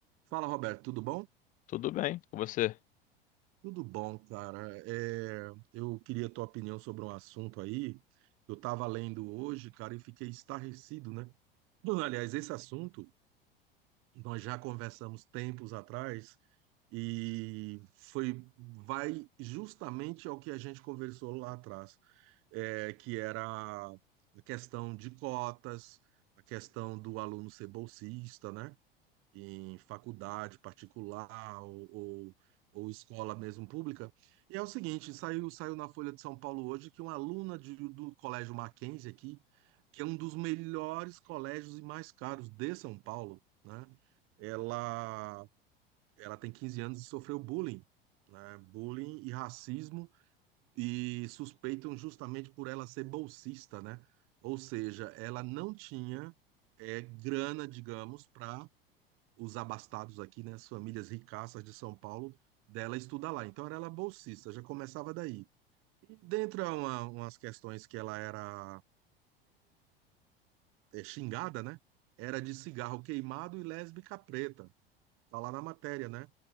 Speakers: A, on the right (about 45°); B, on the left (about 25°).
A: Fala, Roberto, tudo bom?
B: Tudo bem com você?
A: Tudo bom, cara. É, eu queria a tua opinião sobre um assunto aí. Eu estava lendo hoje, cara, e fiquei estarrecido, né? <clears throat> Bom, Aliás, esse assunto nós já conversamos tempos atrás e foi vai justamente ao que a gente conversou lá atrás, é, que era a questão de cotas, a questão do aluno ser bolsista, né? em faculdade particular ou, ou, ou escola mesmo pública. E é o seguinte, saiu, saiu na Folha de São Paulo hoje que uma aluna de- do Colégio Mackenzie aqui, que é um dos melhores colégios e mais caros de São Paulo, né? Ela, ela tem 15 anos e sofreu bullying, né? Bullying e racismo, e suspeitam justamente por ela ser bolsista, né? Ou seja, ela não tinha eh, grana, digamos, para os abastados aqui, né, as famílias ricaças de São Paulo, dela estudar lá. Então era ela bolsista, já começava daí. E dentre uma, umas questões que ela era é, xingada, né, era de cigarro queimado e lésbica preta. Tá lá na matéria, né?